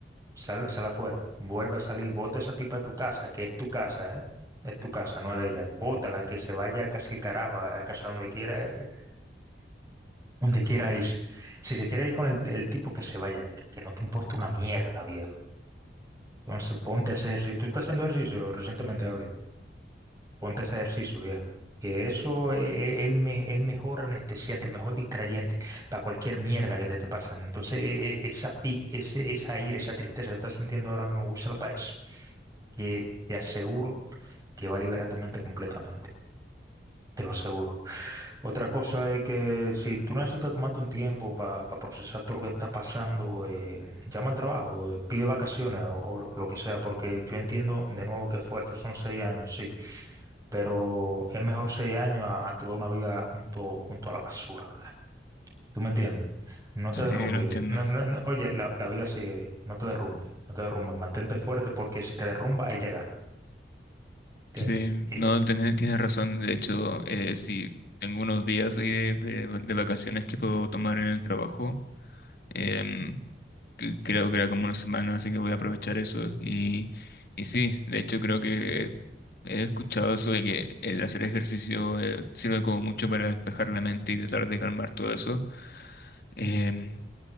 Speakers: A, on the right; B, on the left.
A: sal, sal afuera, vuelve a salir, bota a esa tipa de tu casa, que es tu casa, ¿eh? Es tu casa, no es de ella. Bótala, que se vaya a casa el carajo, a a casa donde quiera, donde quiera irse. Si se quiere ir con el, el tipo, que se vaya, que, que no te importa una mierda, viejo. Entonces ponte a hacer ejercicio. Tú estás haciendo ejercicio recientemente, Gabriel. Ponte a hacer ejercicio, viejo. Que eso es el, me- el mejor anestesiante, el mejor distrayente para cualquier mierda que te, te pasan. Entonces, e- e- esa pic, ese, esa ira, esa tristeza que estás sintiendo ahora mismo, úsala para eso. Que te aseguro que va a liberar tu mente completamente. Te lo aseguro. Otra cosa es que si tú necesitas tomarte un tiempo para procesar todo lo que está pasando, eh, llama al trabajo, eh, pide vacaciones o, o lo que sea, porque yo entiendo de nuevo que es fuerte, son seis años, sí, pero es mejor seis años a, a toda una vida junto, junto a la basura, ¿verdad? ¿Tú me entiendes? No
B: Sí,
A: te derrumbes,
B: lo entiendo.
A: ve- no, no, no, oye, la, la vida sigue bien, no te derrumbes, no te derrumbes, mantente fuerte porque si te derrumba, ella gana, ¿entiendes?
B: Sí,
A: Ella
B: no, tienes, tienes razón. De hecho, eh, sí, tengo unos días ahí de, de- de vacaciones que puedo tomar en el trabajo. Em, que- creo que era como una semana, así que voy a aprovechar eso. Y, y sí, de hecho creo que he escuchado eso de que el hacer ejercicio eh, sirve como mucho para despejar la mente y tratar de calmar todo eso. Em,